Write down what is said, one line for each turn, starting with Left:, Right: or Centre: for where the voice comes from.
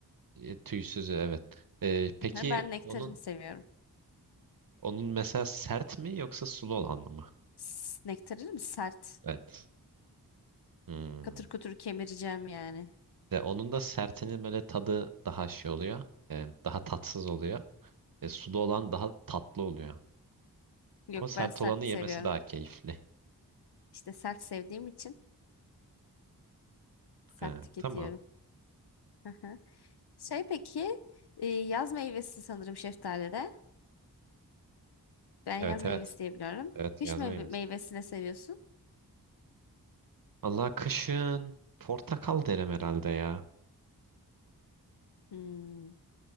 Right: E, tüysüzü evet. E, peki
Left: Ha, ben nektarini
Right: onun
Left: seviyorum.
Right: onun mesela sert mi yoksa sulu olan mı?
Left: S- Nektarini mi sert?
Right: Evet. Hmm.
Left: Katır kutur kemireceğim yani.
Right: Ve onun da sertinin böyle tadı daha şey oluyor. E, daha tatsız oluyor. E, sulu olan daha tatlı oluyor.
Left: Yok
Right: Ama sert
Left: ben sert
Right: olanı yemesi
Left: seviyorum.
Right: daha keyifli.
Left: İşte sert sevdiğim için sert
Right: Ha,
Left: tüketiyorum.
Right: tamam.
Left: Aha. Şey peki e, yaz meyvesi sanırım şeftalide. Ben
Right: Evet
Left: yaz meyvesi
Right: evet.
Left: diye biliyorum.
Right: Evet
Left: Kış
Right: yazmayı
Left: meyve
Right: yemesi.
Left: meyvesini seviyorsun.
Right: Allah kışın portakal derim herhalde ya.
Left: Hmm.